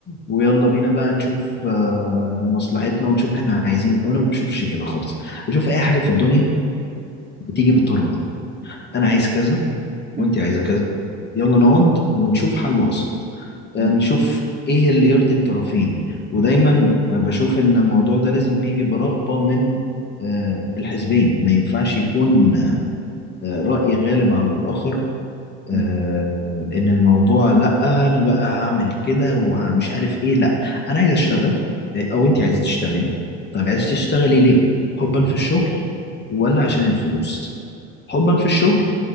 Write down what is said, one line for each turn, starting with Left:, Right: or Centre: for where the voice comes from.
Left: ويلا بينا بقى نشوف آه، مصلحتنا ونشوف احنا عايزين ايه وأنا ما بشوفش كده خالص بشوف أي حاجة في الدنيا بتيجي بالتراضي أنا عايز كذا
Right: مم.
Left: وأنت عايزة كذا يلا نقعد ونشوف حل وسط آه،
Right: مم.
Left: نشوف ايه اللي يرضي الطرفين ودايما آه، بشوف ان الموضوع ده لازم يجي برغبة من آه، الحزبين ما ينفعش يكون آه، رأي غالب على الآخر آه،
Right: مم.
Left: آه، ان الموضوع لا انا بقى هعمل كده ومش عارف ايه لا انا عايز اشتغل آه، او انت عايز تشتغلي طب عايز تشتغلي ليه حبا في الشغل ولا عشان الفلوس حبا في الشغل